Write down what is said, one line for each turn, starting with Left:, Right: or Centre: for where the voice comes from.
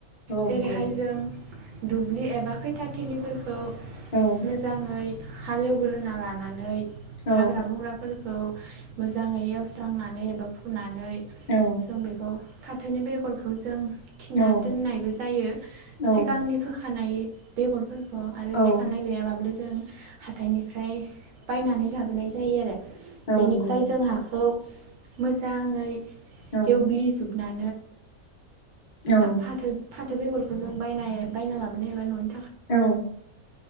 Left: औ
Right: जेरैहाय
Left: नंगौ
Right: जों दुब्लि एबा खैथाथिलिफोरखौ
Left: औ
Right: मोजांङै। हालेवग्रोना लानानै
Left: औ
Right: हाग्रा बंग्रा बे खौ मोजांङै एवस्रांनानै एबा फुनानै
Left: औ
Right: जों बेखौ फाथोनि बेगरखौ जों थिना
Left: औ
Right: दोननायबो जायो
Left: औ
Right: सिगांनि थिखानाय बेगरफोरखौ आरो
Left: औ
Right: थिखानाय गैयाबाब्ला जों हाथानि फ्राय बायनानै लाबोनाय जायो आरो बेनिफ्राय
Left: नंगौ
Right: जों हाखौ मोजांङै
Left: औ
Right: एवग्लिजोबना
Left: औ
Right: फाथो फाथो बेगरखौ जों बाय बायना लाबोनो एबा न'
Left: औ।